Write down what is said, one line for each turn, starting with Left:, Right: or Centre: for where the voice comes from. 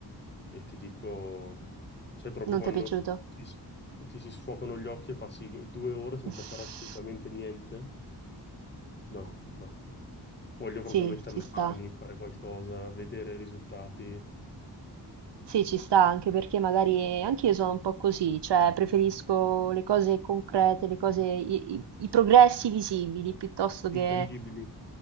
Left: e ti dico, sai proprio
Right: non
Left: quando
Right: ti è piaciuto?
Left: ti, s- ti si sfocano gli occhi e passi due ore senza
Right: <laughs>
Left: fare assolutamente niente? No, no. Voglio
Right: Sì,
Left: proprio mettere
Right: ci
Left: le
Right: sta.
Left: mani, fare qualcosa, vedere risultati.
Right: Sì, ci sta, anche perché magari anch'io sono un po' così, cioè preferisco le cose concrete, le cose, i, i- i progressi visibili piuttosto
Left: Sì,
Right: che...
Left: tangibili.